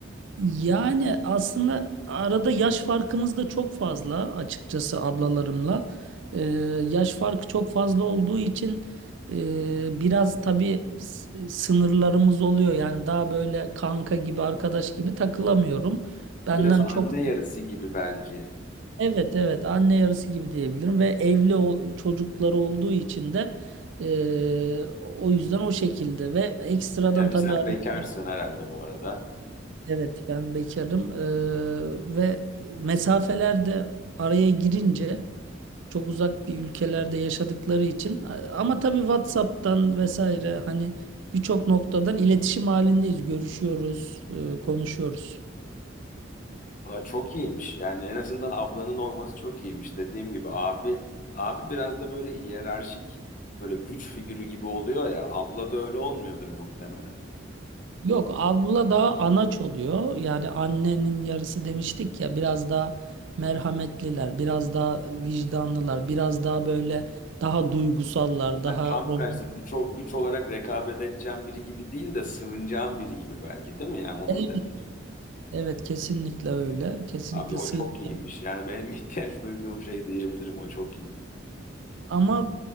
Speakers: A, on the right; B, on the left.
A: Yani aslında arada yaş farkımız da çok fazla açıkçası ablalarımla. Ee, yaş farkı çok fazla olduğu için e, biraz tabii s- sınırlarımız oluyor. Yani daha böyle kanka gibi, arkadaş gibi takılamıyorum. Benden
B: Biraz anne
A: çok
B: yarısı gibi belki.
A: Evet evet anne yarısı gibi diyebilirim ve evli o- çocukları olduğu için de e, o yüzden o şekilde ve ekstradan
B: Tabii
A: tabii
B: sen
A: ara-
B: bekarsın herhalde bu arada.
A: evet ben bekarım E, ve mesafeler de araya girince çok uzak bir ülkelerde yaşadıkları için A- ama tabii WhatsApp'tan vesaire hani birçok noktadan iletişim halindeyiz görüşüyoruz e, konuşuyoruz.
B: Aa, çok iyiymiş. Yani en azından ablanın olması çok iyiymiş. Dediğim gibi abi abi biraz da böyle hiyerarşik böyle güç figürü gibi oluyor ya. Abla da öyle olmuyordur muhtemelen.
A: Yok abla daha anaç oluyor. Yani annenin yarısı demiştik ya biraz daha merhametliler, biraz daha vicdanlılar, biraz daha böyle daha duygusallar, daha
B: Yani tam
A: romantik.
B: tersi güç o- güç olarak rekabet edeceğim biri gibi değil de sığınacağım biri gibi belki değil mi? Yani onu
A: Evet,
B: mu demeli?
A: evet, kesinlikle öyle. Kesinlikle
B: Abi o
A: sığınacak.
B: çok iyiymiş. Yani benim <laughs> ihtiyaç duyduğum şey diyebilirim. O çok iyi.
A: Ama